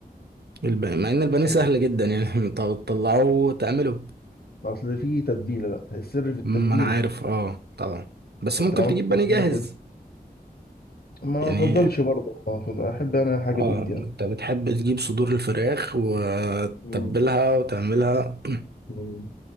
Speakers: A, on the right; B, on the left.
A: الب... مع ان البانيه سهل
B: أيوة.
A: جدا يعني <laughs> انت بتطلعه وتعمله
B: اصل في تتبيله بقى السر في التتبيله
A: ما انا عارف اه طبعا بس
B: انت
A: ممكن
B: لو عملت
A: تجيب
B: تتبيله
A: بانيه جاهز
B: كويس ما
A: يعني
B: افضلش برضه ما أفضل- احب انا الحاجه
A: اه
B: بايدي
A: انت
B: يعني
A: بتحب تجيب صدور الفراخ وتتبلها
B: مم.
A: وتعملها
B: مم.